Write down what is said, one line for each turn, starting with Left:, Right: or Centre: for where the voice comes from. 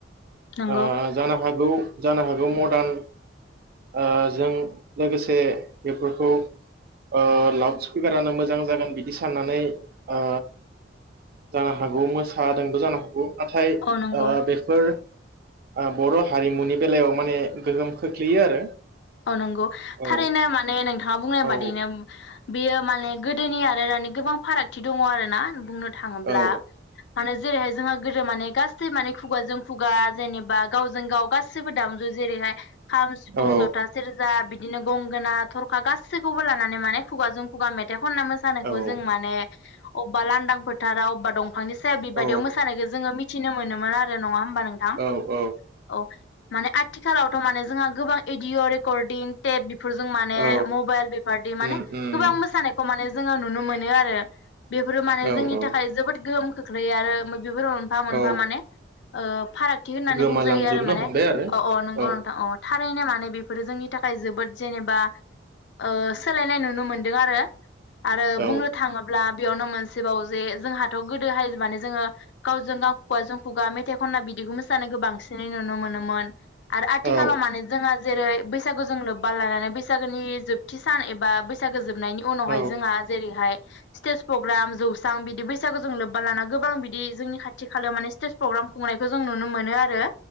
Left: नंगौ
Right: ओ जानो हागौ औ जानो हागौ मर्दान ओ जों लोगोसे बेफोरखौ ओ लाउड स्पिकारानो मोजां जागोन बिदि साननानै ओ जानो हागौ मोसादोंबो जानो हागौ नाथाय ओ
Left: औ नंगौ
Right: बेफोर ओ बर' हारिमुनि बेलायाव माने गोहोम खोख्लैयो आरो
Left: अ नंगौ
Right: औ
Left: थारैनो माने नोंथाङा बुंनाय
Right: औ
Left: बादिनो बियो माने गोदोनि आरो दानि गोबां फारागथि दङ आरो ना बुंनो थाङोब्ला
Right: औ
Left: माने जेरैहाय जोंहा गोदो माने गासै माने खुगाजों खुगा जेनेबा गावजों गाव गाससिबो दामजु जेरैहाय - खाम, सिफुं,
Right: औ
Left: जथा बिदिनो गंगोना, थरखा गासैखौबो लानानै माने खुगाजों खुगा मेथाइ खनना मोसानायखौ
Right: औ
Left: जों
Right: औ
Left: माने अबबा लान्दां फोथारा अबबा दंफां बिफांनि सायाव बेबादियाव
Right: औ
Left: मोसानायखौ जोङो मि मिथिनो मोनोमोन आरो नङा हबा नोंथां
Right: औ
Left: औ माने आथिखालाव माने जोंहा गोबां एडिअ र रेकरदिं तेप बेफोरजों माने
Right: औ
Left: मबाइल बेफोरदि माने
Right: उम उम
Left: गोबां मोसानायखौ माने जोङो नुनो मोनो आरो बेफोरो माने
Right: औ
Left: जोंनि
Right: औ
Left: थाखाय जोबोद गोहोम खोख्लैयो आरो बेफोर मोनफा मोनफा
Right: औ
Left: माने ओ फारागथि होननानै
Right: गोमालांजोबनो
Left: बुंजायो आरो माने
Right: हमबाय आरो
Left: अ अ नंगौ
Right: औ
Left: नोंथां अ थारैनो माने बेफोरो जोंनि थाखाय जोबोद जेनेबा ओ सोलायनाय नुनो मोनदों आरो आरो
Right: औ
Left: बुंनो थाङोब्ला बेयावनो मोनसेबाव जे जोंहाथ गोदोहाय माने जोङो गावजों गाव खौवाजों खुगा मेथाय खनना बिदिखौ मो सानायखौ बांसिनै नुनो मोनोमोन। आरो आथिखालाव
Right: औ
Left: माने जोंहा जेरै बैसागो जों लोब्बा लानानै बैसागोनि जोबथि सान एबा बै गो जोबनायनि उनावहाय
Right: औ
Left: जोंहा जेरैहाय स्टेज प्रग्राम जौ बेसेबां बिदि बैसागो जों लोब्बा लाना गोबां बिदि जोंनि खाथि खालायाव माने स्टेज प्रग्राम खुंनायखौ जों नुनो मोनो आरो